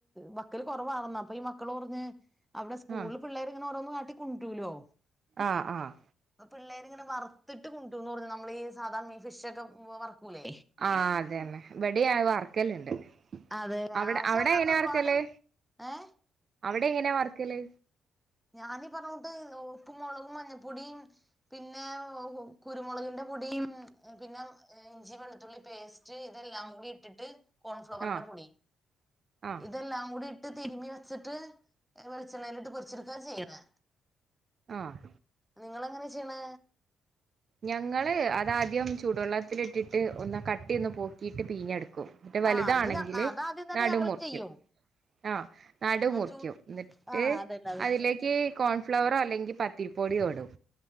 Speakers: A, in the centre; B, on the right (about 50°).
A: വെക്കല് കുറവാന്ന് അപ്പ ഈ മക്കള് പറഞ്ഞ് അവിടെ സ്കൂളിൽ
B: ആഹ്
A: പിള്ളേര് ഇങ്ങനെ ഓരോന്ന് കാട്ടിക്കൊണ്ടുരുല്ലോ
B: ആഹ് ആഹ്
A: പ്പ പിള്ളേരിങ്ങനെ വറുത്തിട്ട് കൊണ്ടുന്ന് പറഞ്ഞു നമ്മളീ ഈ സാധാ ഈ ഫിഷ് ഒക്കെ വറുക്കൂല്ലേ
B: ആഹ് അതെന്നെ ഇവിടെയ വർക്കല് ഉണ്ട്
A: അതെ
B: അവിടെ
A: പക്ഷെ
B: അവിടെ
A: അതിനകത്ത്
B: എങ്ങനെയാ
A: ഒരുപാട്
B: വറ്ക്കല്
A: ഏഹ്
B: അവിടെ എങ്ങനെയാ വറ്ക്കല്
A: ഞാനീ പറഞ്ഞ കൂട്ട് ഉപ്പും മുളകും മഞ്ഞപ്പൊടീം പിന്ന കുരുമൊളകിൻ്റെ പൊടീം പിന്ന ഇഞ്ചി വെളുത്തുള്ളി പേസ്റ്റ് ഇതെല്ലാം കൂടി ഇട്ടിട്ട് കോൺഫ്ലവറിന്റെ
B: ആഹ്
A: പൊടി
B: ആഹ്
A: ഇതെല്ലാം കൂടി ഇ ട്ട് തിരുമി വച്ചിട്ട് വെളിച്ചെണ്ണയിലിട്ട് പൊരിച്ചെടുക്കുകാ ചെയ്യണെ
B: ആഹ്
A: നിങ്ങളെങ്ങനെ ചെയ്യണെ
B: ഞങ്ങള് അതാദ്യം ചൂടുവെള്ളത്തിലിട്ടിട്ട് ഒന്ന കട്ടിന്ന് പോക്കിട്ട് പീഞ്ഞെടുക്കും മറ്റേ വലുതാണെങ്കില്
A: ആഹ് അത് അത് ആദ്യം തന്നെ
B: നടു
A: ഞങ്ങളും
B: മുറിക്കും
A: ചെയ്യും
B: ആഹ് നടു
A: ആ
B: മുറിക്കും
A: ചൂ
B: എന്നിട്ട്
A: ആഹ് അതന്നെ അത്
B: അതിലേക്ക് കോൺഫ്ലവറോ അല്ലെങ്കിൽ പത്തിരി പൊടിയോടും